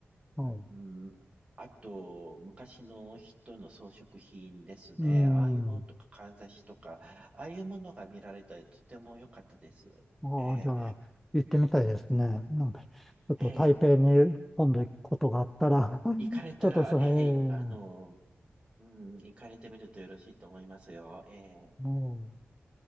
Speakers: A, in the centre; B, on the right.
A: はい、
B: うん、あと、昔の人の装飾品ですね。
A: うん。
B: ああいうものとか、かんざしとか、ああいうものが見られたり、とても良かったです。
A: ああ、
B: え
A: じゃあ、行ってみたいですね。なんか、ちょっと台北に今度行くことがあったら、
B: ー、えー
A: <laughs>
B: 行かれたら、
A: ちょっとそれ、
B: えー、
A: え
B: あの、
A: え
B: うん、行かれてみるとよろしいと思いますよ。えー、
A: も